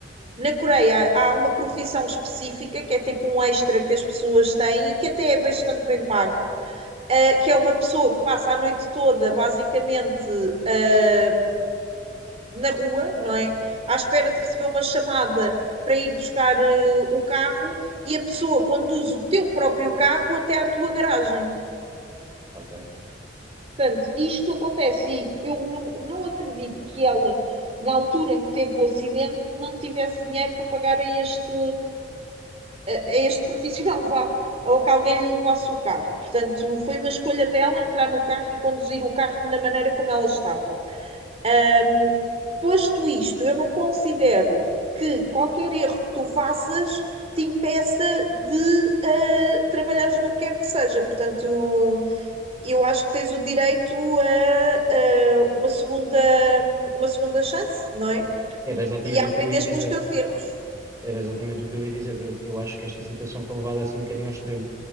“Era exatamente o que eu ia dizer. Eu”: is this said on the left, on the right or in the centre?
Right